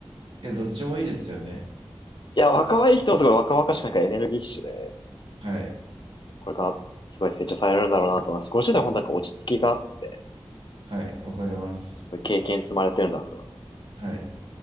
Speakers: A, on the right; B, on the left.
A: いや、どっちもいいですよね。
B: いや、若い人もすごい若々しくなんかエネルギッシュで、
A: はい。
B: これからすごい成長されるんだろうなと思いますし。50代は本当なんか落ち着きがあって、
A: はい。わかります。
B: そういう経験積まれてるんだなと思います。
A: はい。